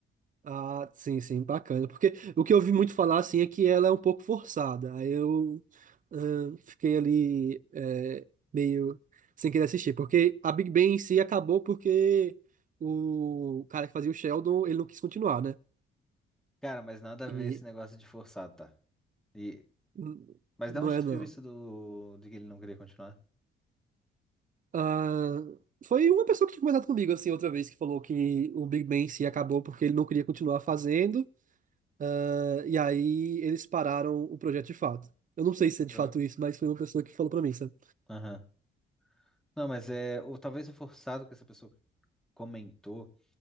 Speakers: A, on the right; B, in the centre.
A: Ah, sim, sim, bacana. Porque o que eu ouvi muito falar, assim, é que ela é um pouco forçada. Aí eu ah, fiquei ali eh, meio sem querer assistir. Porque a Big Bang em si acabou porque o cara que fazia o Sheldon, ele não quis continuar, né?
B: Cara, mas nada a
A: E
B: ver esse negócio de forçado, tá? E
A: n-
B: Mas
A: não
B: da onde
A: é,
B: tu
A: não.
B: viu isso do... de que ele não queria continuar?
A: Ah, foi uma pessoa que tinha conversado comigo, assim, outra vez, que falou que o Big Bang em si acabou porque ele não queria continuar fazendo. Ah, e aí eles pararam o projeto de fato. Eu não sei se
B: Droga.
A: é de fato isso, mas foi uma pessoa que falou pra mim, sabe?
B: Aham. Não, mas é. Ou talvez o forçado que essa pessoa comentou